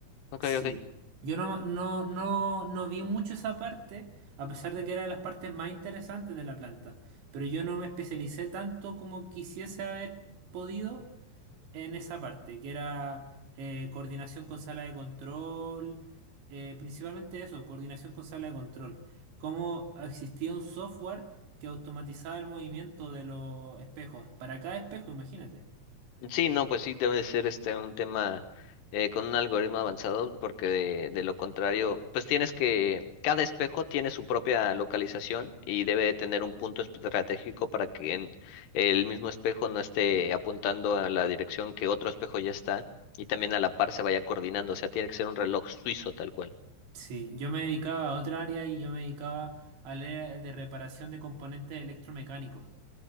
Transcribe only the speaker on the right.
Sí.
Yo no, no, no, no vi mucho esa parte, a pesar de que era de las partes más interesantes de la planta. Pero yo no me especialicé tanto como quisiese haber podido en esa parte, que era eh, coordinación con sala de control, eh, principalmente eso, coordinación con sala de control. Cómo existía un software que automatizaba el movimiento de los espejos, para cada espejo, imagínate.
Sí, yo me dedicaba a otra área y yo me dedicaba al área de reparación de componentes electromecánicos.